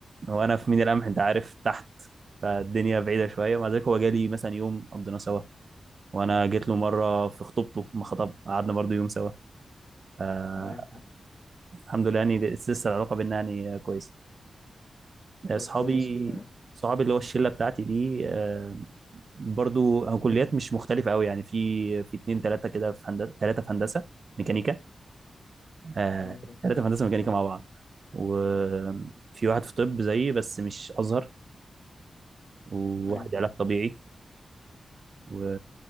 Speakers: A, on the right (about 45°); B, on the left (about 55°).
A: وانا في ميناء القمح انت عارف تحت فالدنيا بعيده شويه مع ذلك هو جالي مثلا يوم قضينا سوا وانا جيت له مره في خطوبته ما خطب قعدنا برضه يوم سوا آه
B: أيوه فاهم
A: الحمد لله يعني لسه العلاقه بينا يعني كويسه اصحابي
B: طب كويس والله
A: صحابي اللي هو الشله بتاعتي دي آه، برضو هو كليات مش مختلفه قوي يعني في في اتنين تلاته كده في هندسه تلاته في هندسه ميكانيكا آه،
B: أيوه فاهم
A: تلاته في هندسه ميكانيكا مع بعض وفي واحد في طب زيي بس مش ازهر وواحد
B: أيوه فاهم
A: علاج طبيعي و...